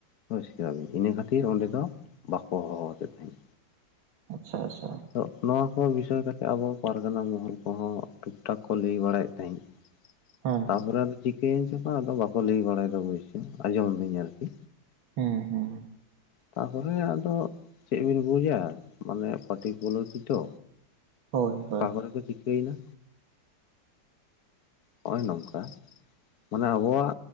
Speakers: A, on the left; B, on the right.
A: ᱦᱚᱭ ᱤᱱᱟᱹ ᱠᱷᱟᱹᱛᱤᱨ ᱚᱸᱰᱮ ᱫᱚ ᱵᱟᱠᱚ ᱦᱚᱦᱚᱣᱟᱫᱮ ᱛᱟᱦᱮᱸᱫ᱾
B: ᱟᱪᱪᱷᱟ ᱟᱪᱷᱟ᱾
A: ᱛᱚ ᱱᱚᱣᱟ ᱠᱚ ᱵᱤᱥᱚᱭ ᱠᱟᱛᱮᱫ ᱟᱵᱚ ᱯᱟᱨᱜᱟᱱᱟ ᱢᱚᱦᱚᱞ ᱠᱚᱦᱚᱸ ᱴᱷᱤᱠ ᱴᱷᱟᱠ ᱠᱚ ᱞᱟᱹᱭ ᱵᱟᱲᱟᱭᱮᱫ ᱛᱟᱦᱮᱸᱫ᱾
B: ᱦᱮᱸ
A: ᱛᱟᱯᱚᱨᱮ ᱟᱫᱚ ᱪᱤᱠᱟᱹᱭᱮᱱ ᱪᱚ ᱠᱚ ᱟᱫᱚ ᱵᱟᱠᱚ ᱞᱟᱹᱭ ᱵᱟᱲᱟᱭᱮᱫᱟ ᱟᱸᱡᱚᱢᱤᱫᱟᱹᱧ ᱟᱨᱠᱤ᱾
B: ᱦᱮᱸ᱾ ᱦᱮᱸ
A: ᱛᱟᱯᱚᱨᱮ ᱟᱫᱚ ᱪᱮᱫ ᱵᱤᱱ ᱵᱩᱡᱟ ᱢᱟᱱᱮ ᱯᱟᱴᱤ ᱠᱚᱩᱞᱟᱹ ᱛᱤ ᱪᱚ᱾
B: ᱦᱳᱭ ᱦᱳᱭ
A: ᱚᱠᱟ ᱠᱚᱨᱮ ᱠᱚ ᱪᱤᱠᱟᱹᱭᱮᱱᱟ ᱦᱚᱸᱜᱼᱚᱭ ᱱᱚᱝᱠᱟ᱾ ᱢᱟᱱᱮ ᱟᱵᱚᱣᱟᱜ